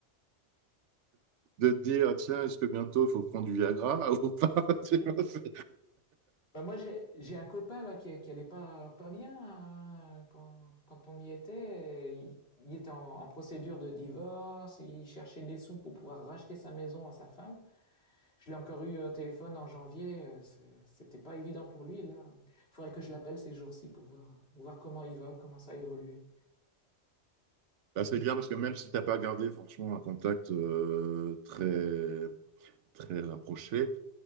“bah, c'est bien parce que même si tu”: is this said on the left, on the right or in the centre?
Right